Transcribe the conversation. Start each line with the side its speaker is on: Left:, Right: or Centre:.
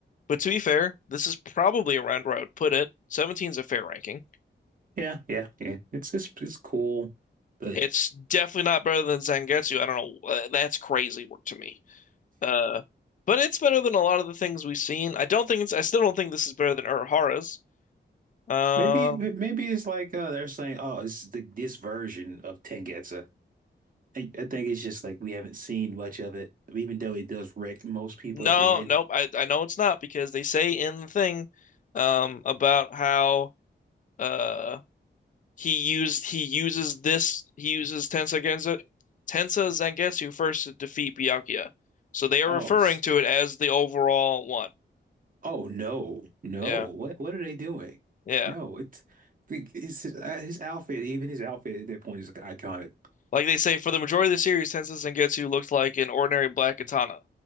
Left: but to be fair, this is probably around where I would put it. 17 is a fair ranking.
Right: Yeah, yeah, yeah. It's it's it's cool, but
Left: It's definitely not better than Zangetsu. I don't know. uh, That's crazy work to me. Uh, but it's better than a lot of the things we've seen. I don't think it's, I still don't think this is better than Urahara's. Um,
Right: maybe maybe it's like uh, they're saying, oh, this is the this version of Tengetsu. I, I think it's just like we haven't seen much of it, even though it does wreck most people
Left: no,
Right: at the end.
Left: nope. I, I know it's not because they say in the thing, um, about how, uh, he used, he uses this, he uses Tensa Gensetsu, Tensa Zangetsu first to defeat Byakuya. So they are
Right: Oh,
Left: referring
Right: s-
Left: to it as the overall one.
Right: oh no, no!
Left: Yeah.
Right: What what are they doing?
Left: Yeah.
Right: No, it's it's his, uh, his outfit. Even his outfit at that point is iconic.
Left: Like they say, for the majority of the series, Tensei Zangetsu looked like an ordinary black katana